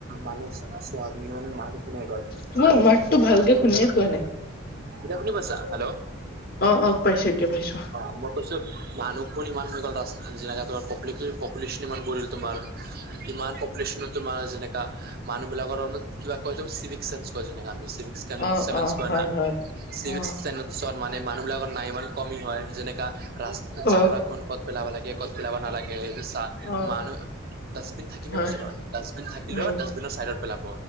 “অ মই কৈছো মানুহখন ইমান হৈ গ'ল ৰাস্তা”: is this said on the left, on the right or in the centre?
Right